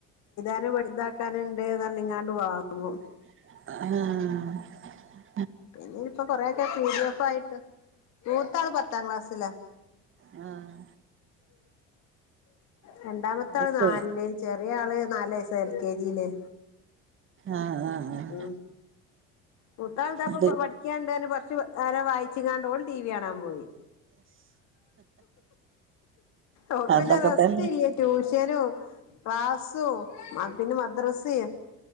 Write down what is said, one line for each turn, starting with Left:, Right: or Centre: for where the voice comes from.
Left: അങ്ങനെ വലുതാക്കാനുണ്ട് എന്ന് പറഞ്ഞിങ്ങാണ്ട് വാങ്ങും.
Right: ആ
Left: പിന്നെ ഇപ്പൊ കൊറൊയെക്കെ പി. ഡി. എഫ്. ആയിട്ട് മൂത്താള് പത്താം ക്ലാസ് സിലാ
Right: ആഹ്
Left: രണ്ടാമത്തെ
Right: അത്
Left: ആള്
Right: ശരി
Left: നാലില്ല് ചെറിയ ആള് നാല് വയസ് എൽ. കെ. ജി യില്.
Right: ആഹ് ആഹ് ആഹ്
Left: ഉ മൂത്താൾതാപ്പൊ
Right: അത്
Left: പഠിക്കണ്ട് കുറച്ച് നേരാ വായിച്ച്. <unintelligible> ടി. വി കാണാൻ പോയി. ഓക്ക് പിന്നെ
Right: അതൊക്കെ
Left: റസ്റ്റ്
Right: തന്നെ
Left: ഇല്ലേ ട്യൂഷനും. ക്ലാസു പിന്നെ മദ്രസെ.